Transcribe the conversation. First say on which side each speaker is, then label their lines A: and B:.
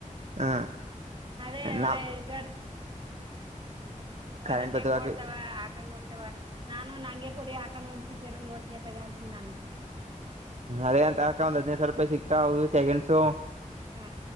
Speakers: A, on the right; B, on the right.
A: ಹ
B: ಅದೇ
A: ನಾ
B: ಒಳ ಗಡ್ ಹೋದ
A: ಕರೆಂಟ್
B: ಟೈಮ್
A: ಬತಕಿ
B: ಓಡ್ತವ ಹಾಕನ್ ನೋಡ್ತವ ನಾನು ನಂಗೆ ಕೊಡಿ ಹಾಕ ಟೀಚರ್ ನೋಡ್ತನನೆ ತಗ ಅಂತನಿ ನಾನು
A: ಅದೇ ಅಂತಾ ಒಂದ್ ಹದಿನೈದು ಸಾವಿರ ರೂಪಾಯಿ ಸಿಕ್ತಾವ ಅ ಸೆಕಂಡ್ಸು
B: ಹಾ